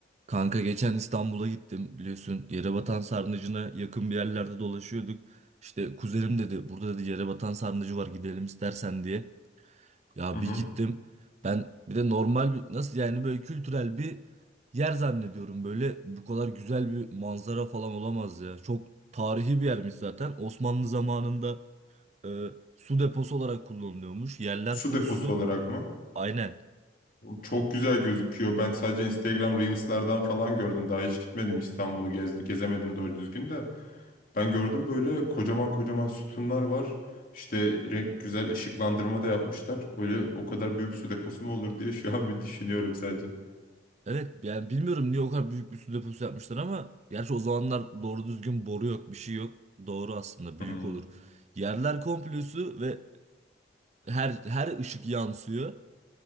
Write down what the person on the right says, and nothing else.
Kanka geçen İstanbul'a gittim biliyorsun Yerebatan Sarnıcı'na yakın bir yerlerde dolaşıyorduk. İşte kuzenim dedi burada dedi Yerebatan Sarnıcı var gidelim istersen diye. Ya
bir gittim ben bir de normal bir nasıl yani böyle kültürel bir yer zannediyorum böyle bu kadar güzel bir manzara falan olamaz ya. Çok tarihi bir yermiş zaten Osmanlı zamanında e, su deposu olarak kullanılıyormuş yerler
full
su
aynen.
Evet yani bilmiyorum niye o kadar büyük bir su deposu yapmışlar ama gerçi o zamanlar doğru düzgün boru yok bir şey yok. Doğru aslında büyük
olur. Yerler komple su ve her her ışık yansıyor.